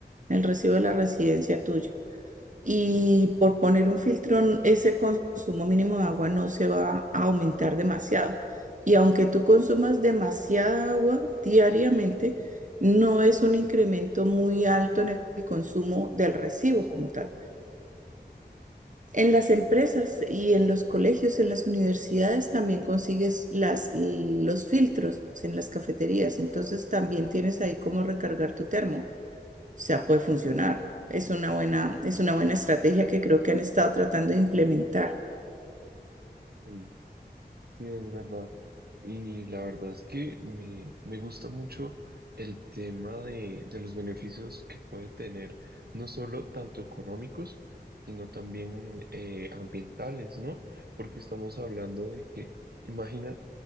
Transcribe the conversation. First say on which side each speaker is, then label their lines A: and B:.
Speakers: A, on the right (about 45°); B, on the right (about 65°).
A: el recibo de la residencia tuya. Y
B: Sí,
A: por poner un filtro, n- ese consumo mínimo de agua no se va a aumentar demasiado. Y aunque tú consumas demasiada agua diariamente, no es un incremento muy alto en el consumo del recibo como tal. En las empresas y en los colegios, en las universidades también consigues las, los filtros en las cafeterías, entonces también tienes ahí cómo recargar tu termo. O sea, puede funcionar. Es una buena, es una buena estrategia que creo que han estado tratando de implementar.
B: sí, sí, es verdad. Y la verdad es que me, me gusta mucho el tema de, de los beneficios que puede tener, no solo tanto económicos, sino también eh, ambientales, ¿no? Porque estamos hablando de que, imagina